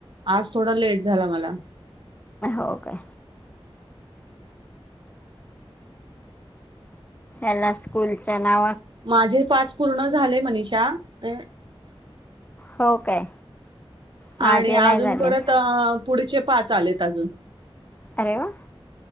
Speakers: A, on the right; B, on the left.
A: आज थोडा लेट झाला मला
B: ओके एला स्कूल च नावा
A: माझे पाच पूर्ण झाले मनषा अ
B: हो काय माझे
A: आणि
B: नाही
A: अजून
B: झाले
A: परत पुढचे पाच आलेत अजून
B: अरेव